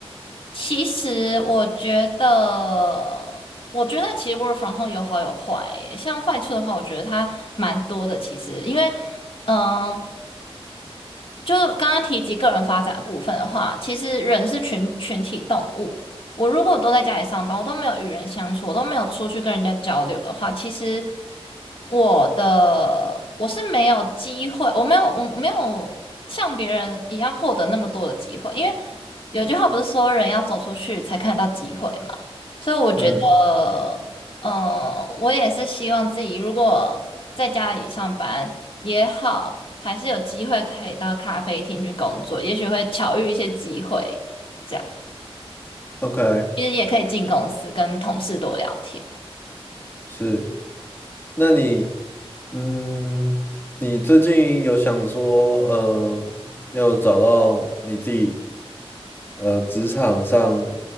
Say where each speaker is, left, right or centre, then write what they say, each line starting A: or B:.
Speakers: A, on the left; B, on the left.
A: 其实我觉得，我觉得其实 work from home 有好有坏耶像坏处的话，我觉得它蛮多的。其实，因为，嗯、就刚刚提及个人发展的部分的话，其实人是群群体动物。我如果都在家里上班，我都没有与人相处，我都没有出去跟人家交流的话，其实我的我是没有机会，我没有我没有像别人一样获得那么多的机会，因为有句话不是说人要走出去才看得到机会嘛，所以我觉得，
B: 嗯
A: 嗯、我也是希望自己如果在家里上班。也好，还是有机会可以到咖啡厅去工作，也许会巧遇一些机会，这样，
B: ，OK，
A: 因为也可以进公司跟同事多聊天。
B: 是。那你，嗯，你最近有想说，呃，要找到你自己，呃，职场上